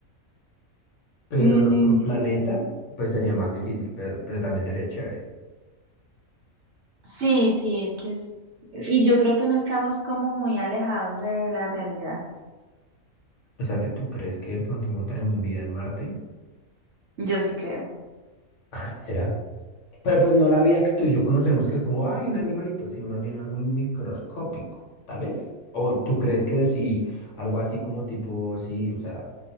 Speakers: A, on the left; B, on the right.
A: Pero
B: Mm,
A: en otro planeta, pues sería más difícil, pero, pero también sería chévere.
B: Sí, sí, es que es... Y yo creo que no estamos como muy alejados de la realidad.
A: O sea, que tú crees que de pronto encontraremos vida en Marte.
B: Yo sí creo.
A: Ay, ¿será? Pero pues no la vida que tú y yo conocemos, que es como, ay, un animalito, sino más bien algo microscópico, tal vez. ¿O tú crees que sí, algo así como tipo, sí, o sea,